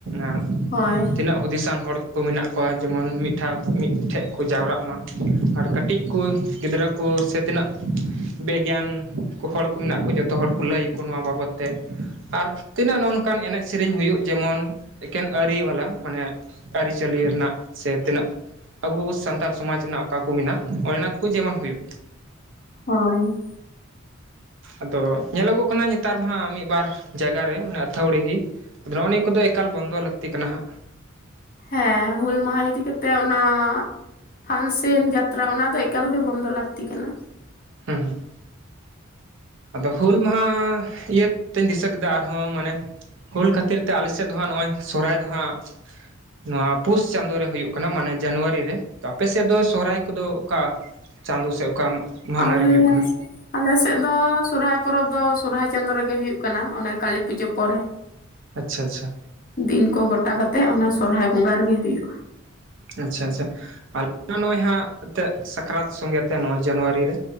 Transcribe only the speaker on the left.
ᱦᱳᱭ
ᱦᱳᱭ
ᱦᱮᱸ ᱦᱩᱞ ᱢᱟᱦᱟ ᱤᱫᱤ ᱠᱟᱛᱮᱜ ᱚᱱᱟ ᱯᱷᱟᱱᱥᱮᱱ ᱡᱟᱛᱨᱟ ᱚᱱᱟ ᱫᱚ ᱮᱠᱟᱞ ᱜᱮ ᱵᱚᱱᱫᱚ ᱞᱟᱹᱠᱛᱤ ᱠᱟᱱᱟ
<unintelligible>
ᱟᱞᱮᱥᱮᱫ ᱫᱚ ᱥᱚᱨᱦᱟᱭ ᱯᱚᱨᱚᱵᱽ ᱫᱚ ᱥᱚᱨᱦᱟᱭ ᱪᱟᱸᱫᱳ ᱨᱮᱜᱮ ᱦᱩᱭᱩᱜ ᱠᱟᱱᱟ ᱚᱱᱮ ᱠᱟᱹᱞᱤ ᱯᱩᱡᱟᱹ ᱯᱚᱨᱮ
ᱫᱤᱱ ᱠᱚ ᱜᱚᱴᱟ ᱠᱟᱛᱮᱜ ᱚᱱᱟ ᱥᱚᱨᱦᱟᱭ ᱵᱚᱸᱜᱟ ᱨᱮᱜᱮ ᱦᱩᱭᱩᱜᱼᱟ᱾